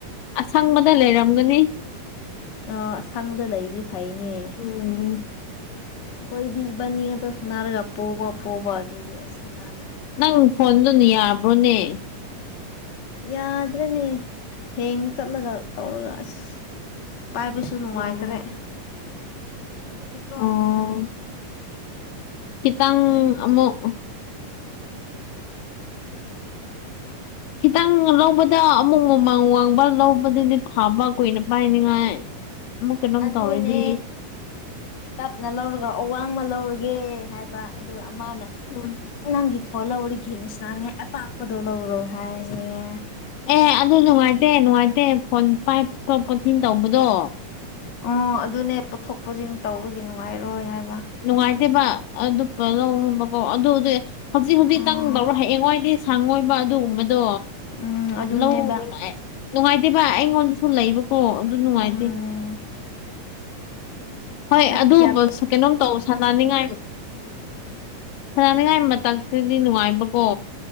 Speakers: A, on the left; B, on the left.
A: ꯑꯁꯪꯕꯗ ꯂꯩꯔꯝꯒꯅꯤ
B: ꯑꯣ ꯑꯁꯪꯕꯗ ꯂꯩꯗꯤ ꯐꯩꯅꯦ
A: ꯎꯝ
B: ꯑꯩꯈꯣꯏꯗꯤ ꯏꯕꯥꯟꯅꯤ ꯉꯥꯛꯇ ꯁꯥꯟꯅꯔꯒ ꯄꯣꯕ ꯄꯣꯕ ꯑꯗꯨꯒꯤ ꯑꯁ ꯁꯥꯟꯅꯗ꯭ꯔꯦ
A: ꯅꯪ ꯐꯣꯟꯗꯨꯅ ꯌꯥꯕ꯭ꯔꯣꯅꯦ
B: ꯌꯥꯗ꯭ꯔꯦꯅꯦ ꯍꯦꯡ ꯆꯠꯂꯒ ꯇꯧꯔꯒ ꯑꯁ ꯄꯥꯏꯕꯁꯨ ꯁꯨ ꯅꯨꯡꯉꯥꯏꯇ꯭ꯔꯦ
A: ꯎꯝ
B: ꯍꯥꯏꯗꯤ ꯀꯣ
A: ꯎꯝ ꯈꯤꯇꯪ ꯑꯃꯨꯛ ꯈꯤꯇꯪ ꯂꯧꯕꯗ ꯑꯃꯨꯛ ꯃꯃꯥꯡ ꯋꯥꯡꯕ ꯂꯧꯕꯗꯨꯗꯤ ꯐꯕ ꯀꯨꯏꯅ ꯄꯥꯏꯅꯤꯉꯥꯏ ꯃꯨꯛ ꯀꯩꯅꯣꯝ
B: ꯑꯗꯨꯅꯦ
A: ꯇꯧꯔꯥꯗꯤ
B: ꯇꯞꯅ ꯂꯧꯔꯒ ꯑꯋꯥꯡꯃ ꯂꯧꯔꯒꯦ ꯍꯥꯏꯕ ꯑꯗꯨꯒ ꯑꯃꯅ
A: ꯎꯝ
B: ꯅꯪꯒꯤ ꯍꯣ ꯂꯧꯔ ꯒꯦꯁ ꯅꯥꯟꯉꯥꯏ ꯑꯄꯥꯛꯄꯗꯣ ꯂꯧꯔꯣ ꯍꯥꯏꯌꯦꯦ
A: ꯑꯦ ꯑꯗꯨ ꯅꯨꯡꯉꯥꯏꯇꯦ ꯅꯨꯡꯉꯥꯏꯇꯦ ꯐꯣꯟ ꯄꯥꯏꯄ ꯀꯣꯆꯤꯡ ꯇꯧꯕꯗꯣ
B: ꯎ ꯑꯣ ꯑꯗꯨꯅꯦ ꯄꯨꯣꯠꯊꯣꯛ ꯄꯨꯁꯤꯟ ꯇꯧꯕꯒꯤ ꯅꯨꯡꯉꯥꯏꯔꯣꯏ ꯍꯥꯏꯕ
A: ꯅꯨꯡꯉꯥꯏꯇꯦꯕ ꯑꯗꯨꯄ ꯂꯧ ꯑꯣ ꯑꯗꯨꯗꯤ ꯍꯧꯖꯤꯛ ꯍꯧꯖꯤꯛꯇꯪ
B: ꯑꯣ
A: ꯂꯧꯔꯣ ꯍꯌꯦꯡꯉꯣꯏꯗꯤ ꯁꯪꯉꯣꯏꯕ ꯑꯗꯨꯒꯨꯝꯕꯗꯣ
B: ꯎꯝ ꯑꯗꯨꯅꯦꯕ
A: ꯂꯧ ꯅꯨꯡꯉꯥꯏꯇꯦ ꯚ ꯑꯩꯉꯣꯟꯗꯁꯨ ꯂꯩꯕꯀꯣ ꯑꯗꯨ ꯅꯨꯡꯉꯥꯏꯇꯦ
B: ꯎꯝ
A: ꯍꯣꯏ
B: ꯅꯪ
A: ꯑꯗꯨ
B: ꯀꯌꯥ
A: ꯀꯩꯅꯣꯝ ꯇꯧ ꯁꯅꯅꯤꯡꯉꯥꯏ ꯁꯥꯟꯅꯅꯤꯡꯉꯥꯏ ꯃꯇꯝꯁꯤꯗꯗꯤ ꯅꯨꯡꯉꯥꯏꯕꯀꯣ